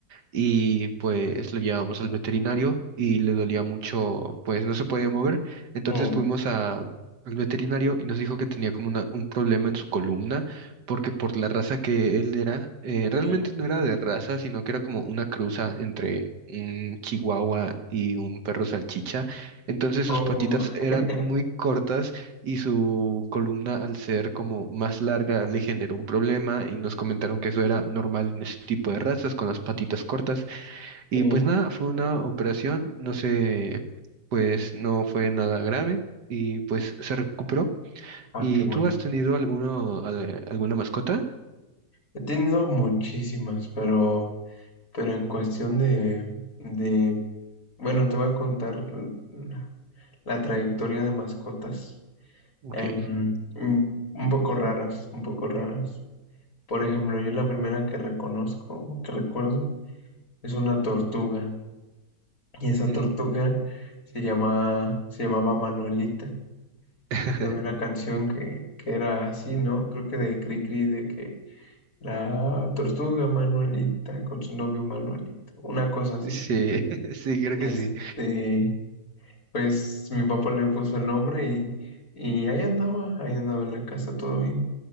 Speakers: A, on the right; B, on the left.
A: y pues lo llevamos al veterinario y le dolía mucho, pues no se podía mover. Entonces
B: Oh,
A: fuimos a- al veterinario y nos dijo que tenía como una- un problema en su columna porque por la raza que él era, eh, realmente
B: ya.
A: no era de raza, sino que era como una cruza entre un chihuahua y un perro salchicha. Entonces
B: Oh,
A: sus patitas eran
B: <laughs>
A: muy cortas y su columna, al ser como más larga, le generó un problema y nos comentaron que eso era normal en ese tipo de razas, con las patitas cortas. Y
B: sí.
A: pues nada, fue una operación, no sé, pues no fue nada grave y pues se recuperó.
B: Ah,
A: ¿Y
B: qué bueno.
A: tú has tenido alguno, al- alguna mascota?
B: He tenido muchísimas, pero, pero en cuestión de, de, bueno, te voy a contar la, la trayectoria de mascotas.
A: Ok.
B: Em, mm, un poco raras, un poco raras. Por ejemplo, yo la primera que reconozco, o que recuerdo, es una tortuga. Y esa
A: Ujú.
B: tortuga se llama, se llamaba Manuelita.
A: <laughs>
B: Es que había una canción que, que era así, ¿no? Creo que de Cricri, de que la tortuga Manuelita con su novio Manuelito, una cosa así.
A: Sí, <laughs> sí, creo
B: Este,
A: que sí,
B: pues mi papá le puso el nombre y, y ahí andaba, ahí andaba en la casa todo bien.